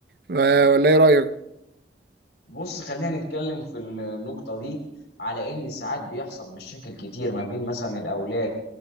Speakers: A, on the right (about 60°); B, on the left (about 80°).
A: ف- ولا ايه رأيك؟
B: بص خلينا نتكلم في النقطة دي على إن ساعات بيحصل مشاكل كتير ما بين مثلا الأولاد